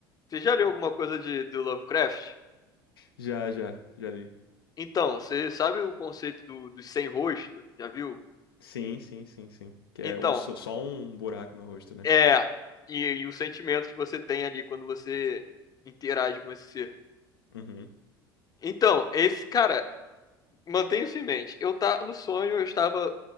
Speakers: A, on the left; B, on the left.
A: Você já leu alguma coisa de, do Lovecraft?
B: Já, já, já li.
A: Então, você sabe o conceito do, dos sem rosto? Já viu?
B: Sim, sim, sim, sim. Que
A: Então.
B: é um, só só um buraco no rosto, né?
A: É, e, e o sentimento que você tem ali quando você interage com esse ser.
B: Uhum,
A: Então, esse cara, mantenha isso em mente. Eu tá no sonho, eu estava